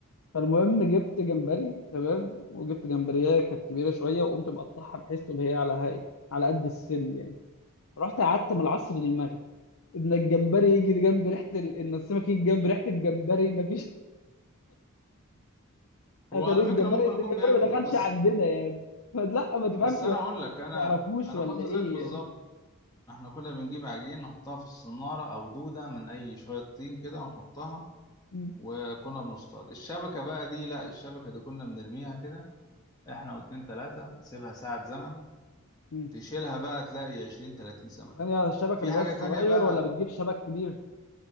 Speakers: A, on the left; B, on the left.
A: فالمهم جبت جمبري تمام وجبت جمبريه كانت كبيره شويه وقمت مقطعها بحيث تبقى هي على هاي على قد السن يعني رحت قعدت من العصر للمغرب ان الجمبري يجي جنب ريحه ال... ان السمك يجي جنب ريحه الجمبري ما فيش اتاري
B: هو على
A: <laughs> الجمبري
B: فكرة ممكن
A: الجمبري
B: يكون بياكله
A: ما دخلش
B: بس
A: عندنا يعني فلا ما تفهمش
B: بس
A: ما
B: انا اقول لك انا
A: ما يعرفوش
B: انا
A: ولا
B: كنت
A: ايه
B: زيك بالظبط
A: يعني.
B: احنا كنا بنجيب عجين نحطها في الصنارة او دودة من اي شوية طين كده ونحطها
A: مم.
B: وكنا بنصطاد الشبكة بقى دي لا الشبكة دي كنا بنرميها كده احنا واتنين تلاتة تسيبها ساعة زمن
A: مم.
B: تشيلها بقى تلاقي عشرين تلاتين سمكة
A: ثانيه على الشبكه
B: في
A: اللي
B: حاجة
A: هي الصغير
B: تانية بقى
A: ولا بتجيب شبك كبير